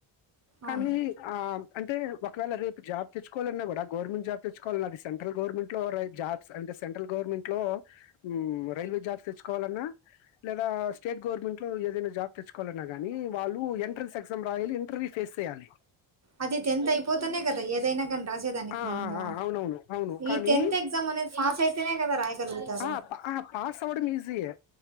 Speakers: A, on the left; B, on the right.
A: కానీ
B: అవును.
A: ఆ అంటే ఒకవేళ రేపు జాబ్ తెచ్చుకోవాలన్నా కూడా గవర్నమెంట్ జాబ్ తెచ్చకోవాలన్నా అది సె సెంట్రల్ గవర్మెంట్ లో జాబ్స్ అం సెంట్రల్ గవర్మెంట్ లో ఉ రైల్వే జాబ్ తెచ్చుకోవాలన్నా లేదా స్టేట్ గవర్నమెంట్ లో ఏదైనా జాబ్ తెచ్చుకో అయినా గానీ వాళ్ళు ఎంట్రన్స్ ఎగ్జామ్ రాయాలి ఇంటర్వ్యూ ఫేస్ చేయాలి
B: అది టెన్త్ అయిపోతేనే కదా ఏదైనా కానీ రాసేదానికి
A: అ ఆ
B: మనము
A: అ అవును అవును అవును కానీ
B: ఈ టెన్త్ ఎగ్జామ్ అనేది పాస్ అయితేనే కదా రాయగలుగుతారు
A: హ పాస్ పాస్ అవ్వడం ఈజీ ఏ